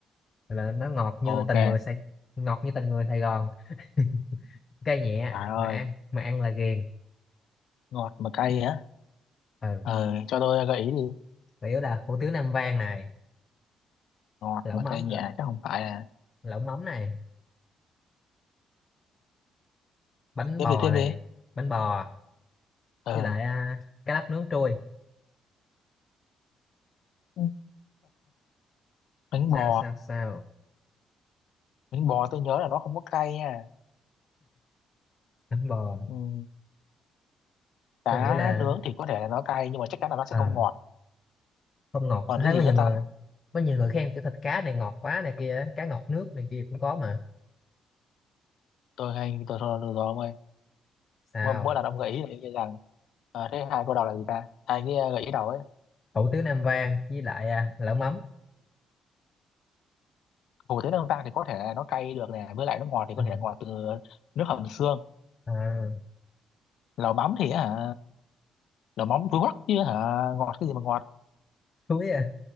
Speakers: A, on the left; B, on the left.
A: gọi là nó ngọt như
B: ok
A: tình người Sài ngọt như tình người Sài Gòn <laughs> cay nhẹ
B: Trời
A: mà
B: ơi,
A: ăn mà ăn là ghiền
B: ngọt mà cay á
A: ừ.
B: Ờ, cho tôi gợi ý đi
A: chủ yếu là hủ tiếu Nam Vang này
B: Ngọt
A: lẩu
B: mà
A: mắm
B: cay nhẹ chứ không phải là
A: lẩu mắm này bánh
B: Tiếp
A: bò
B: đi, tiếp
A: này
B: đi
A: bánh bò
B: Ờ,
A: với lại à, cá lóc nướng trui
B: Ừ. bánh
A: sao
B: bò
A: sao sao
B: Bánh bò tôi nhớ là nó không có cay nha
A: bánh bò
B: Ừ. cá
A: tôi nghĩ là
B: nướng thì có thể là nó cay nhưng mà chắc chắn là nó sẽ
A: à,
B: không ngọt
A: không ngọt
B: còn
A: tôi thấy
B: cái gì
A: có nhiều
B: nữa
A: người
B: ta
A: có nhiều người khen cái thịt cá này ngọt quá này kia cá ngọt nước này kia cũng có mà
B: tôi hay tôi thôi được rồi ông ơi
A: sao
B: mỗi mỗi lần ông gợi ý là y như rằng ờ, thế hai câu đầu là gì ta hai cái ờ, gợi ý đầu ấy
A: hủ tiếu Nam Vang với lại à, lẩu mắm
B: hủ tiếu nướng vang thì có thể là nó cay được nè với lại nó ngọt thì
A: ừ.
B: có thể là ngọt từ nước hầm xương
A: à,
B: lẩu mắm thì hả lẩu mắm túi hoắc chứ hả ngọt cái gì mà ngọt
A: chuối à.